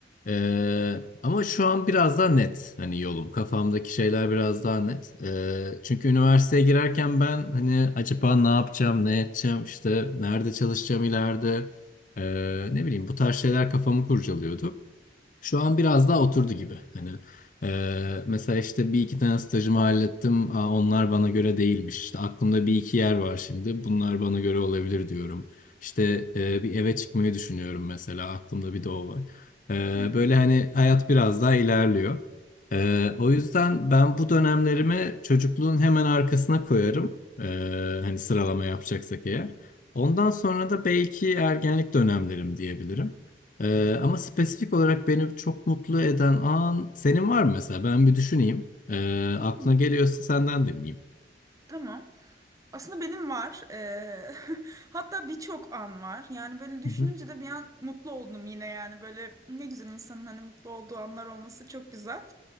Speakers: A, on the left; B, on the right.
A: Ee, ama şu an biraz daha net hani yolum kafamdaki şeyler biraz daha net Ee, çünkü üniversiteye girerken ben hani acaba ne yapacağım ne edeceğim işte nerede çalışacağım ileride Ee, ne bileyim bu tarz şeyler kafamı kurcalıyordu. Şu an biraz daha oturdu gibi. Hani e, mesela işte bir iki tane stajımı hallettim. Aa, onlar bana göre değilmiş. İşte aklımda bir iki yer var şimdi. Bunlar bana göre olabilir diyorum. İşte e, bir eve çıkmayı düşünüyorum mesela. Aklımda bir de o var. E,
B: Hı hı.
A: böyle hani hayat biraz daha ilerliyor. E, o yüzden ben bu dönemlerimi çocukluğun hemen arkasına koyarım. E, hani sıralama yapacaksak eğer. Ondan sonra da belki ergenlik dönemlerim diyebilirim. Ee, ama spesifik olarak beni çok mutlu eden an senin var mı mesela? Ben bir düşüneyim. Ee,
B: Hı.
A: aklına geliyorsa senden dinleyeyim.
B: Tamam. Aslında benim var. Ee, <laughs> hatta birçok an var. Yani böyle düşününce
A: Hı hı,
B: de bir an mutlu oldum yine yani. Böyle ne güzel insanın hani mutlu olduğu anlar olması çok güzel.